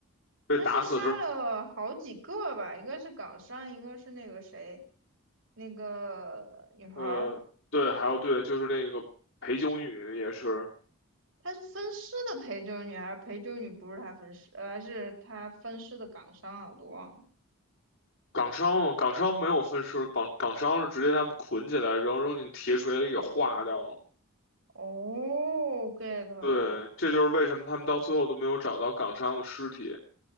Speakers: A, on the left; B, on the right.
A: 被打死之，
B: 他是杀了好几个吧，一个是港商，一个是那个谁，那个女孩儿，
A: 呃，对，还有对，
B: 对，
A: 就是那个陪酒女也是。
B: 他是分尸的陪酒女，还是陪酒女不是他分尸，呃，还是他分尸的港商啊，我都忘了。
A: 港商嘛，港商没有分尸，港港商是直接他们捆起来，然后扔进铁锤里给化掉了。
B: 哦，get 了，
A: 对，这就是为什么他们到最后都没有找到港商的尸体。